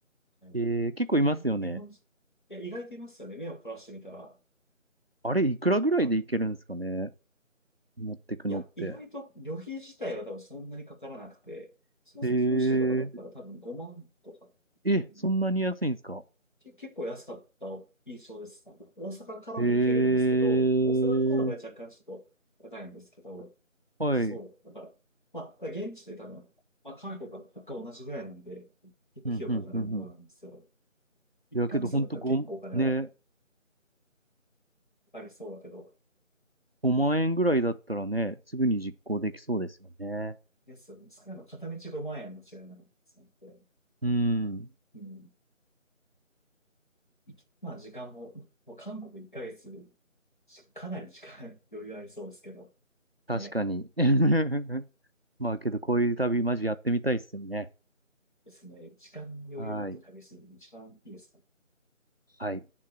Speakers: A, on the left; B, on the right.
A: はい。
B: えー、結構いますよね。
A: あんまり日本人、いや、意外といますよね。目を凝らしてみたら。
B: あれ、いくらぐらいでいけるんですかね。
A: あ、
B: 持ってくのって。
A: いや、意外と旅費自体は多分そんなにかからなくて、そうですね九州とかだったら多分5万とか、
B: えー、え、
A: うん
B: そんなに安いんですか。
A: け結構安かった印象です。大阪からも行けるんですけど、
B: えー、
A: 大阪からの場合若干ちょっと高いんですけど、
B: はい。
A: そう、だから、まあ、ただ現地で多分、まあ、韓国は物価同じぐらいなんで、結構費用かかるんだんですよ。
B: うん、うん、うん、うん。
A: 1ヶ月だったら結構お金は
B: いや、けどほんとご、ね、
A: かかりそうだけど、
B: 5万円ぐらいだったらね、すぐに実行できそうですよね。
A: ですよね。使うの片道5万円も違いなかったですので、
B: うん。
A: うん。いきまあ時間も、もう韓国1ヶ月し、かなり時間 <laughs> 余裕ありそうですけど、
B: 確かに。
A: ね、
B: <laughs> まあけど、こういう旅、マジやってみたいっすよね。
A: ですね、時間に余裕持って旅するのが一番いいですかね
B: はい。はい。